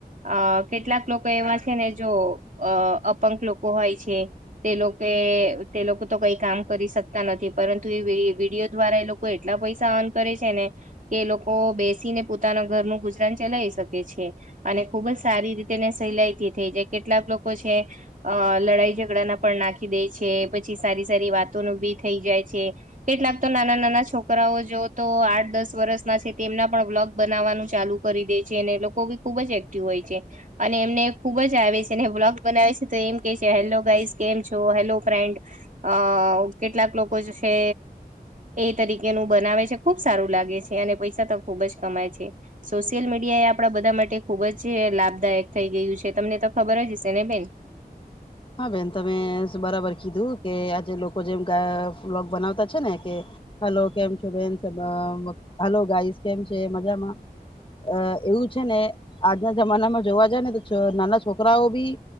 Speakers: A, on the right; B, on the left.
A: અ કેટલાક લોકો એવા છે ને જો અ અપંગ લોકો હોય છે. તે લોકો તે લોકો તો કઈ કામ કરી શકતા નથી પરંતુ એ વિડીયો દ્વારા એ લોકો કોઈ એટલા પૈસા અર્ન કરે છે ને એ લોકો બેસીને પોતાના ઘરનું ગુજરાન ચલાય શકે છે. અને ખુબજ સારી રીતે સહેલાઈ થી થઈ જાય, કેટલાક લોકો છે. અ લડાઈ ઝઘડાના પણ નાખી દે છે, પછી સારી સારી વાતોન ભી થઈ જાય છે. કેટલાક તો નાના નાના છોકરાઓ જો તો આઠ દસ વર્ષના છે, તેમના પણ બ્લોગ બનાવવાનું ચાલુ કરી દે છે, અને લોકો બી ખુબ જ એક્ટિવ હોય છે, અને એમને ખુબ જ આવે છે, અને બ્લોગ બનાવે છે. તે એમ કે છે, હેલો ગાઈસ કેમ છો? Hello friend. અ કેટલાક લોકો છે. એ તરીકેનું બનાવે છે, ખુબ સારું લાગે છે, અને પૈસા તો ખુબ જ કમાય છે. સોશિયલ મીડિયા એ આપણા બધા માટે ખુબ જ લાભદાયક થઈ ગયું છે, તમને તો ખબર જ હશે ને બેન?
B: હા બેન તમે બરાબર કીધું, કે આજે લો કો જેમ ફ્લોગ બનાવતા છેને કે હલો કેમ છો બેન <unintelligible> હાલો ગાઈસ કેમ છે મજામાં? અ એવું છે ને આજના જમાનામાં જોવા જાય ને તો નાના છોકરાઓ બી